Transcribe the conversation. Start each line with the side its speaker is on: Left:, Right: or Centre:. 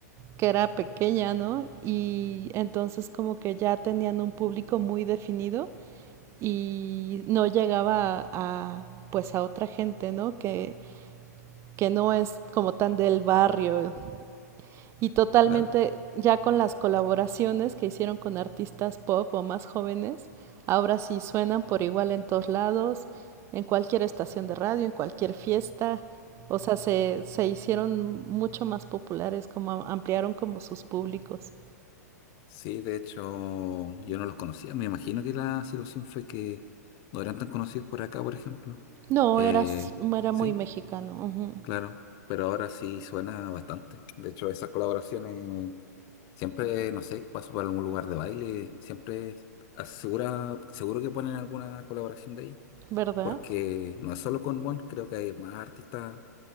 Right: que era pequeña, ¿no? Y entonces como que ya tenían un público muy definido y no llegaba a, a pues a otra gente, ¿no? Que, que no es como tan del barrio, y totalmente
Left: claro.
Right: ya con las colaboraciones que hicieron con artistas pop o más jóvenes, ahora sí suenan por igual en todos lados, en cualquier estación de radio, en cualquier fiesta, o sea, se, se hicieron mucho más populares, como ampliaron como sus públicos.
Left: Sí, de hecho, yo no los conocía. Me imagino que la situación fue que no eran tan conocidos por acá, por ejemplo.
Right: No,
Left: Eh,
Right: era, era
Left: sí,
Right: muy mexicano, uh -huh.
Left: claro. Pero ahora sí suena bastante. De hecho, esas colaboraciones siempre, no sé, paso por algún lugar de baile, siempre asegura, seguro que ponen alguna colaboración de ahí.
Right: ¿verdad?
Left: Porque no es solo con Mon, creo que hay más artistas